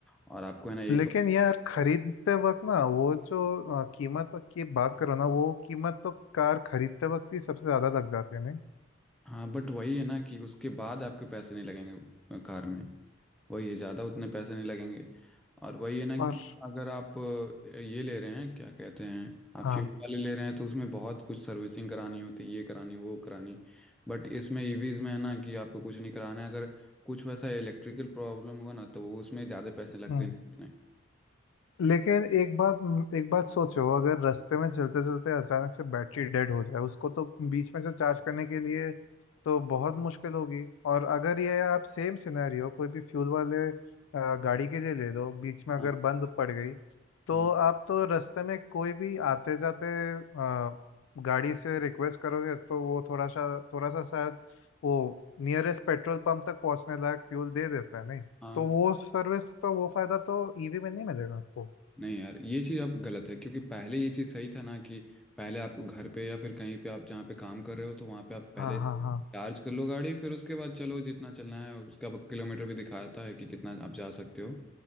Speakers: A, in the centre; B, on the left.
A: और आपको है ना एक
B: लेकिन
A: बार
B: यार खरीदते वक्त ना वो जो अ, कीमत की बात करो ना वो कीमत तो कार खरीदते वक्त ही सबसे ज्यादा लग जाती है नहीं
A: हाँ बट वही है ना कि उसके बाद आपके पैसे नहीं लगेंगे कार में वही है ज़्यादा उतने पैसे नहीं लगेंगे और वही है ना कि
B: और
A: अगर आप अ, ये ले रहे हैं क्या कहते हैं आप
B: हाँ
A: फ्यूल वाले ले रहे हैं तो उसमें बहुत कुछ सर्विसिंग करानी होती है ये करानी वो करानी बट इसमें ईवीज में है ना कि आपको कुछ नहीं कराना है अगर कुछ वैसा इलेक्ट्रिकल प्रॉब्लम हुआ ना तो वो उसमें ज़्यादा पैसे लगते
B: हम्म
A: नहीं उतने
B: लेकिन एक बात एक बात सोचो अगर रास्ते में चलते चलते अचानक से बैटरी डेड हो जाए उसको तो बीच में से चार्ज करने के लिए तो बहुत मुश्किल होगी और अगर ये आप सेम सिनेरियो कोई भी फ्यूल वाले अ, गाड़ी के लिए ले लो बीच में अगर
A: हाँ
B: बंद पड़ गई तो
A: हाँ
B: आप तो रास्ते में कोई भी आते जाते अ, गाड़ी से रिक्वेस्ट करोगे तो वो थोड़ा सा थोड़ा सा शायद वो नियरेस्ट पेट्रोल पंप तक पहुंचने लायक फ्यूल दे देता है नहीं
A: हाँ
B: तो वो सर्विस तो वो फायदा तो ईवी में नहीं मिलेगा आपको
A: नहीं यार ये चीज़ आप गलत है क्योंकि पहले ये चीज़ सही था ना कि पहले आपको घर पे या फिर कहीं पे आप जहाँ पे काम कर रहे हो तो वहाँ पे आप पहले
B: हाँ हाँ हाँ
A: चार्ज कर लो गाड़ी फिर उसके बाद चलो जितना चलना है उसका अब किलोमीटर भी दिखाता है कि कितना आप जा सकते हो